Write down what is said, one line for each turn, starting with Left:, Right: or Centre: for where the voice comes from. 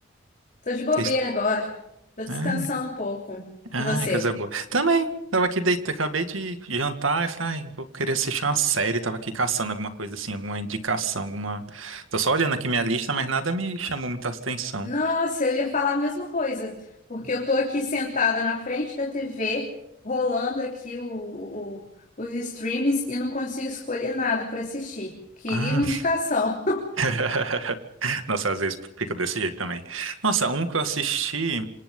Left: Tô de bobeira
Right: Que que-
Left: agora. Tô descansando
Right: Ai,
Left: um pouco.
Right: ai,
Left: E você?
Right: coisa boa. Também, tava aqui deitado, acabei de jantar e falei, ai, vou querer assistir uma série. Tava aqui caçando alguma coisa assim, alguma indicação, alguma. Tô só olhando aqui minha lista, mas nada me chamou muita atenção.
Left: Nossa, eu ia falar a mesma coisa, porque eu tô aqui sentada na frente da TV, rolando aqui o, o- os streams e não consigo escolher nada pra assistir. Queria
Right: Ah.
Left: uma indicação.
Right: <laughs> Nossa, às vezes fica desse jeito também. Nossa, um que eu assisti